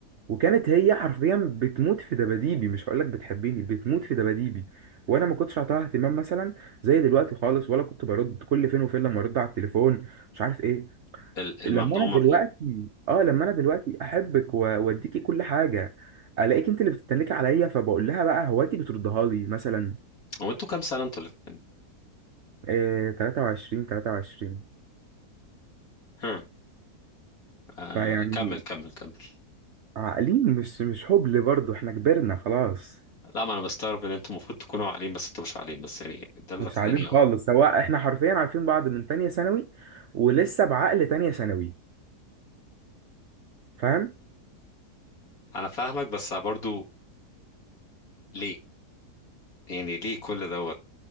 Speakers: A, on the right (about 55°); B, on the left (about 65°).
A: وكانت هي حرفيا بتموت في دباديبي مش هقولك بتحبني بتموت في دباديبي وانا ما كنتش اعطاها اهتمام مثلا زي دلوقتي خالص ولا كنت برد كل فين وفين لما ارد على التليفون مش عارف ايه
B: الممنوع
A: لما انا
B: مرغوب
A: دلوقتي اه لما انا دلوقتي احبك و- واديكي كل حاجه الاقيك انت اللي بتتنكي عليا فبقول لها بقى هواتي بتردها لي مثلا
B: هو انتوا كام سنه انتوا الاثنين؟
A: إيه 23 23
B: ها آه
A: فيعني
B: كمل كمل كمل
A: عاقلين مش مش هبل برضه احنا كبرنا خلاص
B: لا ما انا مستغرب ان انتوا المفروض تكونوا عاقلين بس انتوا مش عاقلين بس يعني ده اللي
A: مش
B: خلاني
A: عاقلين خالص سواء احنا حرفيا عارفين بعض من تانية ثانوي ولسه بعقل تانية ثانوي فاهم
B: انا فاهمك بس برضو ليه يعني ليه كل دوت